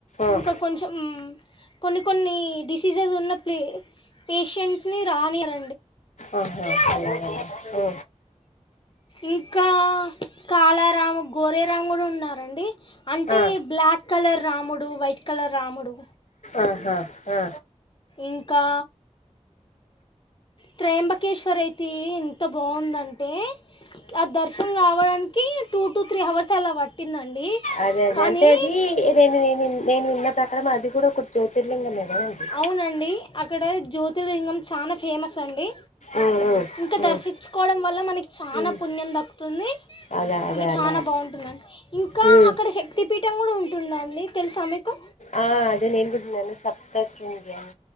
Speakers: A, on the left (about 80°); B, on the left (about 45°).
A: ఆ
B: ఇంకా కొంచెం కొన్ని కొన్ని డిసీజెస్ ఉన్న ప్లే పేషెంట్స్ ని రానీయర్
A: ఆహా అలాగ ఓ
B: ఇంకా కాలారాము గోరెరాము కూడా ఉన్నారండి. అంటే
A: ఆ
B: బ్లాక్ కలర్ రాముడు వైట్ కలర్ రాముడు.
A: ఆహా ఆ
B: ఇంకా త్రయంబకేశ్వర్ అయితే ఎంత బాగుందంటే ఆ దర్శ నం కావడానికి టూటు త్రీ అవర్స్ అలా పట్టిందండి.
A: అదే అదే
B: కానీ
A: అంటే అదీ నేను నేను నేను విన్న ప్రకారం అది కూడా ఒక జ్యోతిర్లింగమేనా అనిపి
B: అవునండి అక్కడ జ్యోతిర్లింగం చానా ఫేమస్ అండి.
A: ఉమ్
B: ఇంకా దర్శించుకోవడం
A: ఉమ్
B: వల్ల మనకి చానా
A: ఉమ్
B: పుణ్యం దక్కుతుంది.
A: అదే అదే
B: ఇంకా చానా
A: అలా
B: బాగుంటుందండి ఇంకా
A: ఉమ్
B: అక్కడ శక్తిపీఠ. ఠం కూడా ఉంటుందండి తెలుసా మీకు.
A: ఆ అదే నేను కూడా నని సప్తస్తుందని